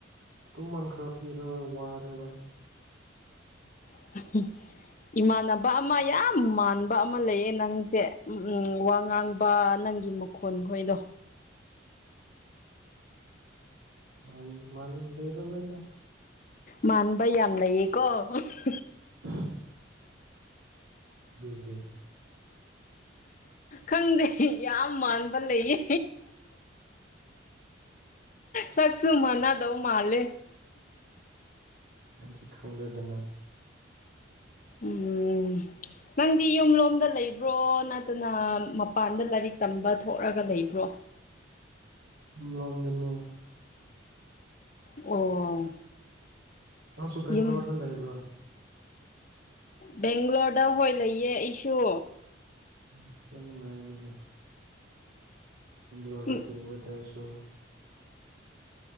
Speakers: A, on the right; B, on the left.
A: ꯇꯨꯝꯃꯟ ꯈꯔ ꯄꯤꯔ ꯋꯥꯔꯦꯕ
B: <unintelligible> ꯏꯃꯥꯟꯅꯕ ꯑꯃ ꯌꯥꯝ ꯃꯥꯟꯕ ꯑꯃ ꯂꯩꯌꯦ ꯅꯪꯁꯦ ꯎ ꯋꯥ ꯉꯥꯡꯕ ꯅꯪꯒꯤ ꯈꯣꯟ ꯈꯣꯏꯗꯣ
A: ꯃ ꯃꯥꯟ ꯂꯩꯩꯔ ꯑꯣꯏꯗ
B: ꯃꯥꯟꯕ ꯌꯥꯝ ꯂꯩꯌꯦꯀꯣ <unintelligible>
A: <unintelligible> ꯀꯔꯤꯒꯤ
B: ꯈꯪꯗꯦ ꯌꯥꯝ ꯃꯥꯟꯕ ꯂꯩꯌꯦ ꯁꯛꯁꯨ ꯃꯅꯥꯗꯧ ꯃꯥꯂꯦ
A: ꯍꯥꯏꯗꯤ ꯈꯪꯗꯗꯅ
B: ꯎꯝ ꯅꯪꯗꯤ ꯌꯨꯝꯂꯣꯝꯗ ꯂꯩꯕ꯭ꯔꯣ ꯅꯠꯇꯅ ꯃꯄꯥꯟꯗ ꯂꯥꯏꯔꯤꯛ ꯇꯝꯕ ꯊꯣꯛꯂꯒ ꯂꯩꯕ꯭ꯔꯣ
A: ꯌꯨꯝꯂꯣꯝꯗꯅꯤ
B: ꯑꯣ
A: ꯅꯪꯁꯨꯨ ꯕꯦꯡꯒ꯭ꯂꯣꯔꯗ
B: ꯌꯨꯝ
A: ꯂꯩꯕ꯭ꯔꯣ
B: ꯕꯦꯡꯒ꯭ꯂꯣꯔꯗ ꯍꯣꯏ ꯂꯩꯌꯦ ꯑꯩꯁꯨ
A: ꯎꯝ ꯌꯥꯝ ꯅꯨꯡꯉꯥꯏꯒꯅꯤꯅꯦ ꯋꯥꯔꯗ
B: ꯎꯝ
A: ꯇꯉ ꯇꯔꯁꯨꯁꯨ